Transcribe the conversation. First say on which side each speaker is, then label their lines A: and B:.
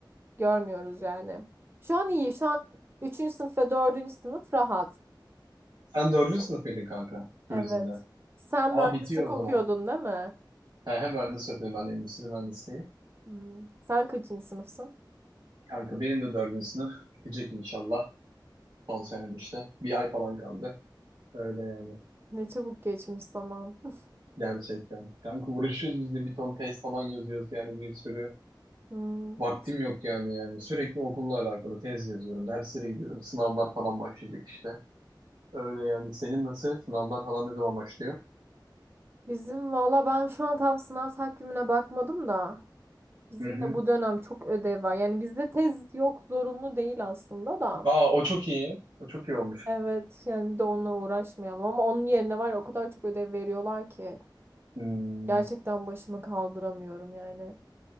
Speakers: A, on the right (about 30°); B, on the right (about 65°).
A: görmüyoruz yani. Şu an iyi şu an üçüncü sınıf ve dördüncü sınıf rahat.
B: Sen dördüncü sınıf mıydın kanka turizmde?
A: Evet. Sen
B: Aa
A: mühendislik
B: bitiyor o
A: okuyordun
B: zaman.
A: değil mi?
B: Ha, hem mühendis okuyorum ben de endüstri mühendisliği.
A: Hmm. Sen kaçıncı sınıfsın?
B: Kanka benim de dördüncü sınıf bitecek inşallah. Son senem işte. Bir ay falan kaldı. Öyle yani.
A: Ne çabuk geçmiş zaman. <laughs>
B: Gerçekten. Kanka uğraşıyoruz biz de bir ton test falan yazıyoruz yani bir sürü.
A: Hmm.
B: Vaktim
A: Biz-
B: yok yani yani. Sürekli okulla alakalı tez yazıyorum. Derslere gidiyorum. Sınavlar falan başlayacak işte. Öyle yani. Senin nasıl? Sınavlar falan ne zaman başlıyor?
A: Bizim valla ben şu an tam sınav takvimine bakmadım da bizim
B: Hı hı.
A: de bu dönem çok ödev var. Yani bizde tez yok zorunlu değil aslında da.
B: Aa o çok iyi. O çok iyi olmuş.
A: Evet yani bir de onunla uğraşmayalım ama onun yerine var ya o kadar çok ödev veriyorlar ki
B: Hmm.
A: gerçekten başımı kaldıramıyorum yani.